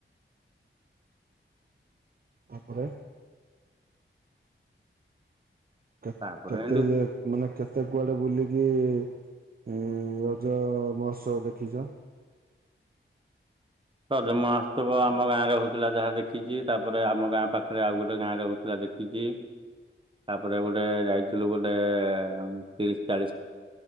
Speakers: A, on the right; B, on the right.
A: ତା ପରେ କେତ୍
B: ତାପରେ
A: କେତେ
B: ଏମିତି
A: ଯେ ମାନେ କେତେ କୁଆଡେ ବୁଲିକି ଏଁ ରଜ ମହୋତ୍ସବ ଦେଖିଛ?
B: ରଜ ମହୋତ୍ସବ ଆମ ଗାଁ ରେ ହଉଥିଲା ଯାହା ଦେଖିଛି ତାପରେ ଆମ ଗାଁ ପାଖରେ ଆଉ ଗୋଟେ ଗାଁରେ ହଉଥିଲା ଦେଖି ଖିଛି ତାପରେ ଗୋଟେ ଯାଇଥିଲୁ ଗୋଟେ ତିରିଶ ଚାଳିଶ